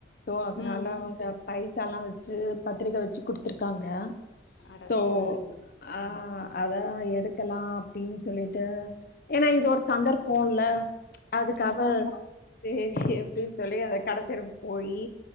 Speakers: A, on the left; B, on the left.
A: சோ அதனால
B: ம்
A: அவுங்க பைசாலா வச் சு பத்திரிக்க வெச்சு குடுத்துருக்காங்க
B: அட
A: சோ
B: சரி சரி
A: ஆ அதா எடுக்கலா அப்டின்னு சொல்லிட்டு ஏன்னா இது ஒரு சந்தர்ப்ப போன்ல அதுக்காக
B: ஆமா
A: சேரி அப்டின்னு சொல்லி அத கடத்தெரு போய்